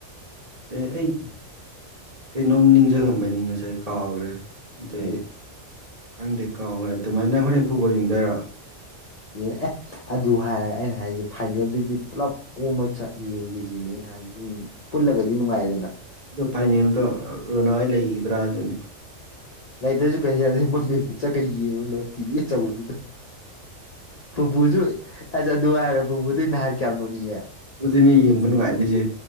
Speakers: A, on the right; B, on the left.
A: ꯑ ꯑꯩ ꯀꯩꯅꯣꯝ ꯅꯤꯡꯁꯤꯡꯂꯝꯕꯅꯤ ꯉꯁꯥꯏ ꯀꯥꯎꯈ꯭ꯔꯦ ꯑꯗꯩ
B: ꯀꯔꯤ
A: ꯈꯪꯗꯦ ꯀꯥꯎꯈꯦ ꯑꯗꯨꯃꯥꯏꯅ ꯅꯪ ꯍꯣꯔꯦꯟ ꯐꯨꯕꯣ ꯌꯦꯡꯗꯔ
B: ꯑꯦ ꯑꯗꯨ ꯍꯥꯏꯔꯒ ꯑꯩꯅ ꯍꯥꯏꯔꯤꯁꯦ ꯐꯥꯏꯅꯦꯜꯗꯨꯗꯤ ꯄꯨꯂꯞ ꯑꯣꯃ ꯌꯦꯡꯒꯁꯤꯅꯦ ꯩꯅꯨꯝ ꯄꯨꯜꯂꯒꯗꯤ ꯅꯨꯡꯉꯥꯏꯗꯅ
A: ꯑ ꯐꯥꯏꯅꯦꯜꯗꯣ ꯔꯣꯅꯥꯋꯥꯏ ꯂꯩꯈꯤꯒꯗ꯭ꯔꯥꯁꯤꯅꯦ
B: ꯂꯩꯇ꯭ꯔꯁꯨ ꯀꯔꯤ ꯌꯥꯗꯦ ꯃꯦꯟ ꯆꯠꯀꯩ ꯌꯦꯡꯉꯣ ꯂꯣꯏ ꯊꯤꯕꯤ ꯑꯆꯧꯕꯗꯨꯗ ꯕꯨꯖꯣꯏ ꯑꯗꯨ ꯍꯥꯏꯔꯕꯨꯕꯨꯗ ꯅꯍꯥꯟ ꯀꯌꯥꯝ ꯅꯣꯅꯤꯡꯉꯦ
A: ꯑꯗꯨꯅꯦ ꯌꯦꯡꯕ ꯅꯨꯡꯉꯥꯏꯗꯣꯏꯁꯦ